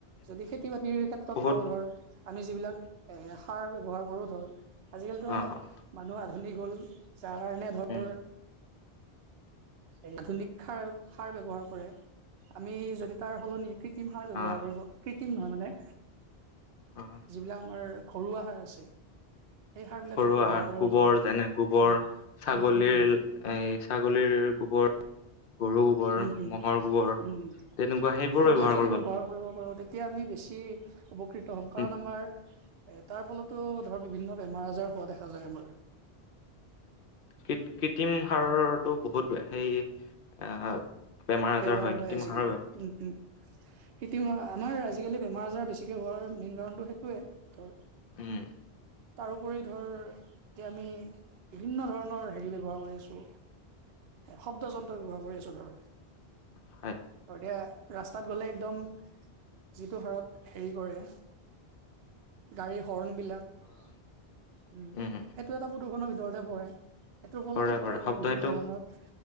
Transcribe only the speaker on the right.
যদি খেতি বাতিৰ ক্ষেত্ৰত
কওঁ ধৰ আমি যিবিলাক এ সাৰ ব্যৱহাৰ কৰো ধৰ আজিকালিতো
মানুহ আধুনিক হ'ল যাৰ কাৰণে ধৰ
এই আধুনিক সাৰ সাৰ ব্যৱহাৰ কৰে আমি যদি তাৰ সলনি কৃত্ৰিম সাৰ ব্যৱহাৰ
কৰিব কৃত্ৰিম নহয় মানে
যিবিলাক আমাৰ ঘৰুৱা হাঁহ আছে। সেই সাৰ বিলাক
যদি ব্যৱহাৰ কৰিব
পাৰো
উম।
উম, উম, উম,
উম উম
উম।
সেইবিলাক যদি
ব্যৱহাৰ
কৰিব পাৰোঁ তেতিয়া আমি বেছি উপকৃত হ'ম কাৰণ
আমাৰ। এ তাৰ ফলতো ধৰ বিভিন্ন বেমাৰ আজাৰ হোৱা দেখা যায় আমাৰ।
ব্যৱহাৰ
হয় আজিকালি
উম উ কৃতিম হাৰ আমাৰ আজিকালি বেমাৰ আজাৰ বেছিকৈ হোৱাৰ মেইন কাৰণটো সেইটোৱেই ধৰ।
তাৰোপৰি ধৰ এতিয়া আমি বিভিন্ন ধৰণৰ হেৰি ব্যৱহাৰ কৰি আছোঁ। শব্দ যন্ত্ৰ ব্যৱহাৰ কৰি আছো ধৰ
আৰু এতিয়া। ৰাস্তাত গ'লে একদম যিটো হাৰত হেৰি কৰে। গাড়ীৰ হৰ্ণ বিলাক উম সেইটো
এটা প্ৰদূষণৰ ভিতৰতে পৰে। সেটোৰ ফলতো
ধৰ
বিভিন্ন
ধৰণৰ